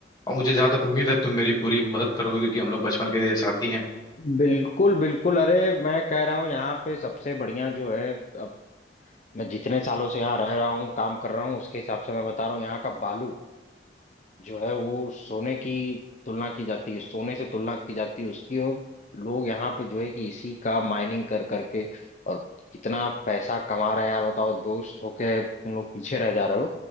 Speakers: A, on the left; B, on the left.
A: और मुझे जहाँ तक उम्मीद है तुम मेरी पूरी मदद करोगे क्योंकि हम लोग बचपन के साथी हैं
B: बिल्कुल बिल्कुल अरे मैं कह रहा हूँ यहाँ पे सबसे बढ़िया जो है अब मैं जितने सालों से यहाँ रह रहा हूँ काम कर रहा हूँ उसके हिसाब से मैं बता रहा हूँ यहाँ का बालू जो है वो सोने की तुलना की जाती है सोने से तुलना की जाती है उसकी और लोग यहाँ पे जो है कि इसी का माइनिंग कर करके और कितना पैसा कमा रहे हैं यार बताओ दोस्त होके तुम लोग पीछे रह जा रहे हो